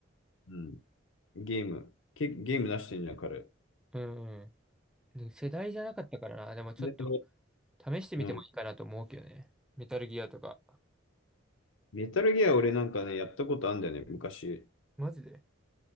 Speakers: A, on the left; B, in the centre.
A: うん。ゲーム。け、ゲーム出してんじゃん、彼。
B: うんうん。で世代じゃなかったからな。でもちょっと
A: で
B: 試してみてもいいかなと思うけどね。
A: うん。
B: メタルギアとか。
A: メタルギア俺なんかね、やったことあるんだよね、昔。
B: マジで